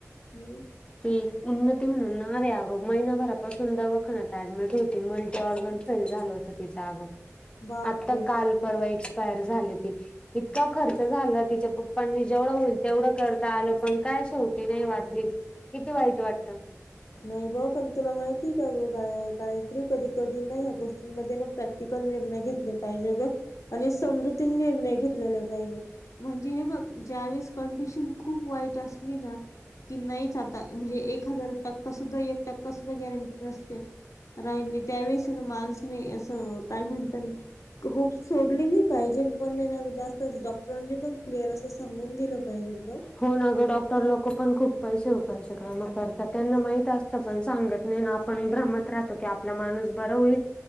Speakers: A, on the left; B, on the left.
A: हम्म.
B: ती उन्नती म्हणून नाव आगो महिनाभरा पासून दवाखाना. डम होती मल्टी ऑर्गन फेल झालं होत त्याचग
A: बापरे
B: आता काल. परर्व एक्सपायर झाली ती. इतका खर्च झाला तिच्या पप्पांनी जेवढं होईल तेवढं करता आलं पण काय शेवटी नाही वाचली. किती वाईट वाटतं.
A: नाही ग पण तुला माहिती का ग गायत्री कधी कधी नाही ह्या गोष्टींमध्ये न प्र ती कल निर्णय घेतले पाहिजे ग आणि समजूती निर्णय. र्णय घेतलेले पाहिजेत म्हणजे हे बघ ज्यावेळेस कंडिशन खूप वाईट असते. मी ना की नाहीच आता म्हणजे एक हजार टक् सुधा एक टक् सुधा गॅरं किती असत्या राहिले त्यावेळेस ना माणसने असं काय म्हणत. होप सोडली नाही पाहिजे पण ना जास्त डॉक्टरांनी पण क्लिअर असं सांगून दिलं. पाहिजे ग.
B: होन अगं डॉक्टर लोक पण खूप पैसे उकायचे काम करतात त्यांना माहित असतं पण सांगत. नाही ना आपण भ्रमत राहतो की आपला माणूस बर होईल.